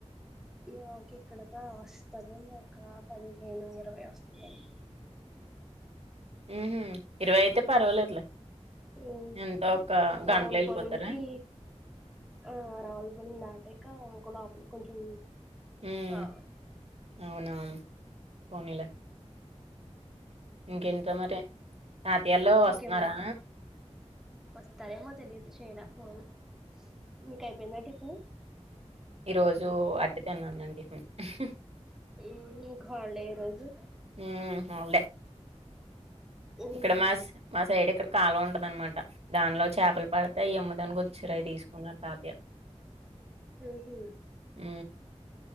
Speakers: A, in the centre; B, on the right.
A: మాకు ఇక్కడక వస్తాదండి ఒక పదిహేను ఇరవై వస్తాదండి
B: ఊహ్మ్ ఇరవై అయితే పర్వాలేదులే
A: హ్మ్
B: ఎంతో ఒక
A: రావులపోలనికి
B: గంటలో ఎళ్ళిపోతారా?
A: ఆ రావులపాలెం దాటెకా ఇంక లోపలికి కొంచెం
B: హ్మ్.
A: రావాలి
B: అవునా పోనీలే ఇంకేంట్రా మరి తాతయ్యలు వాస్తన్నారా
A: ఇంకేముందక్క వస్తారేమో తెలియదు చేలే ఫోన్ మీకు అయిపోయిందా టిఫిను
B: ఈ రోజు అట్టు తిన్నానండి నేను హ్మ్ హ్మ్
A: ఉమ్ ఇంకాహాలిడే ఈరోజు
B: హ్మ్. హాలిడే.
A: ఊహు
B: ఇక్కడ మాస్ మ సైడ్ఇక్కడ కాల్వ ఉంటదనమాట దానిలో చేపలు పడితే ఆయమ్మడానికివచారు అయ్ తీసుకున్నారు తాతయ్య
A: ఉహు
B: ఊ